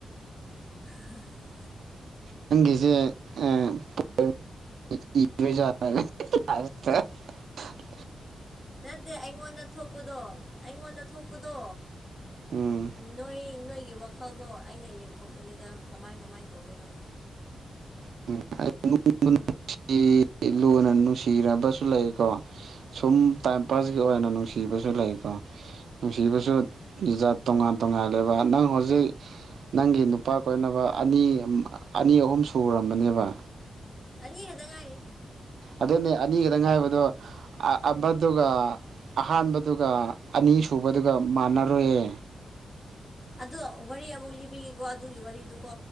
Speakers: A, on the left; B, on the right.
A: <unintelligible>
B: ꯅꯪꯒꯤꯁꯦ <unintelligible> <unintelligible>
A: ꯅꯠꯇꯦ ꯑꯩꯉꯣꯟꯗ ꯊꯣꯛꯄꯗꯣ ꯑꯩꯉꯣꯟꯗ ꯊꯣꯛꯄꯗꯣ
B: ꯎꯝ
A: ꯅꯣꯏ ꯅꯣꯏꯒꯤ ꯋꯥꯈꯜꯗꯣ ꯑꯩꯅ ꯌꯦꯡꯊꯣꯛꯄꯅꯤꯗ ꯀꯃꯥꯏ ꯀꯃꯥꯏꯅ ꯇꯧꯒꯅꯣ
B: <unintelligible> ꯅꯨꯡꯁꯤꯅꯕꯁꯨ ꯂꯩꯀꯣ ꯁꯨꯝ ꯇꯥꯏꯝ ꯄꯥꯁꯀꯤ ꯑꯣꯏꯅ ꯅꯨꯡꯁꯤꯕꯁꯨ ꯂꯩꯀꯣ ꯅꯨꯡꯁꯤꯕꯁꯨ ꯖꯥꯠ ꯇꯣꯉꯥꯟ ꯇꯣꯉꯥꯜꯂꯦꯕ ꯅꯪ ꯍꯧꯖꯤꯛ ꯅꯪꯒꯤ ꯅꯨꯄꯥ ꯀꯣꯏꯅꯕ ꯑꯅꯤ ꯑꯅꯤ ꯑꯍꯨꯝ ꯁꯨꯔꯝꯕꯅꯦꯕ
A: ꯑꯅꯤ ꯈꯛꯇ ꯉꯥꯏꯔꯤ
B: ꯑꯗꯨꯅꯦ ꯑꯅꯤꯒꯗ ꯉꯥꯏꯕꯗꯣ ꯑꯃꯗꯨꯒ ꯑꯍꯥꯟꯕꯗꯨꯒ ꯑꯅꯤꯁꯨꯕꯗꯨꯒ ꯃꯥꯟꯅꯔꯣꯏꯌꯦ
A: ꯑꯗꯣ ꯋꯥꯔꯤ ꯑꯃꯨꯛ ꯂꯤꯕꯤꯒꯦꯀꯣ ꯑꯗꯨꯒꯤ ꯋꯥꯔꯤꯗꯨꯀꯣ